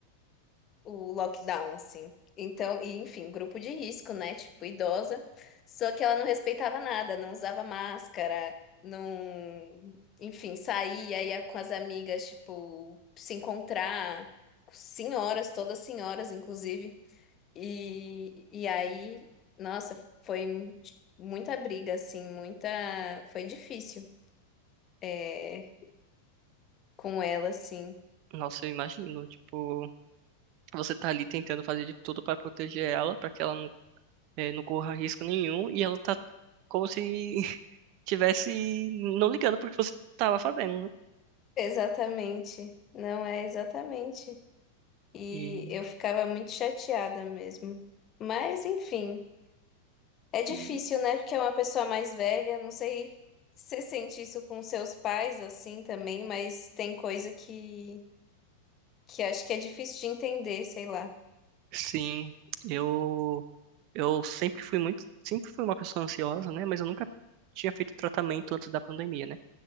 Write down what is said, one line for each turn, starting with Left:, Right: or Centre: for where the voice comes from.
Left: o lockdown, assim. Então, e enfim, grupo de risco, né? Tipo, idosa. Só que ela não respeitava nada, não usava máscara, não. Enfim, saía, ia com as amigas, tipo, se encontrar. Senhoras, todas senhoras, inclusive. E, e aí, nossa, foi muita briga, assim, muita. Foi difícil, é, com ela, assim.
Right: Nossa, eu imagino, tipo, você tá ali tentando fazer de tudo pra proteger ela, pra que ela não, eh, não corra risco nenhum, e ela tá como se <laughs> tivesse não ligando pro que você tava fazendo, né?
Left: Exatamente. Não é exatamente. E
Right: E,
Left: eu ficava muito chateada mesmo. Mas, enfim, é difícil,
Right: e
Left: né? Porque é uma pessoa mais velha. Não sei se você sente isso com seus pais assim também, mas tem coisa que, que acho que é difícil de entender, sei lá.
Right: sim, eu eu sempre fui muito, sempre fui uma pessoa ansiosa, né? Mas eu nunca tinha feito tratamento antes da pandemia, né?